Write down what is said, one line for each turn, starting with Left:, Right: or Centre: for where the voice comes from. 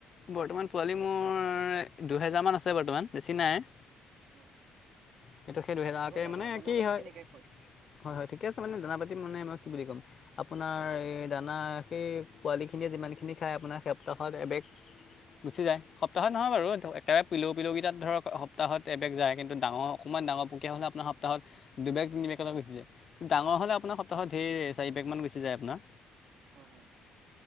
Left: বৰ্তমান পোৱালি মোৰ, দুহেজাৰমান আছে। বৰ্তমান বেছি নাই।
Right: অ
Left: সেইটো সেই দুহেজাৰ
Right: তাৰপৰা দানা
Left: মানে
Right: দানা
Left: কি
Right: পাতি
Left: হয়।
Right: কেনেকে খয়
Left: হয়- হয় ঠিক আছে। মানে দানা পাতি মানে মই কি বুলি ক'ম। আপোনাৰ এই দানা, সেই পোৱালিখিনিয়ে যিমানখিনি খায়, আপোনাৰ সেই সপ্তাহত এবেগ। গুচি যায়। সপ্তাহত নহয় বাৰু একেবাৰে পিলৌ পিলুকেইটাত ধৰক সপ্তাহত এবেগ যায়। কিন্তু ডাঙ অকমান ডাঙৰ পকীয়া হলে, আপোনাৰ সপ্তাহত দুবেগ, তিনিবেগলে গুচি যায়। ডাঙৰ হলে আপোনাৰ, সপ্তাহত ধেৰ চাৰি বেগ মান গুছি যায় আপোনাৰ।
Right: হয়- হয়,